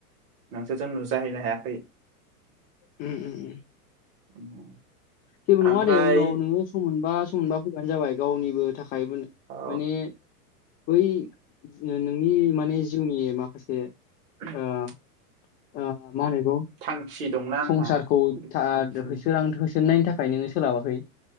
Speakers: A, on the right (about 50°); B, on the left (about 20°).
A: नोंसोर जों नुजाहैनो हायाखै
B: उम उम उम ।
A: <unintelligible>
B: जेबो नङा
A: ओमफ्राय
B: दे उनाव नोङो सम मोनबा सम‌ मोनबा फै बानो जाबाय गावनिबो थाखाय <unintelligible> माने
A: औ
B: बै नोंनि माने जिउनि माखासे
A: <unintelligible>
B: ओ ओ मा होनो बेखौ
A: थांखि दंना
B: संसारखौ
A: आंहा
B: <unintelligible> <unintelligible> थाखाय
A: थांखि
B: नोङो सोलाबाखै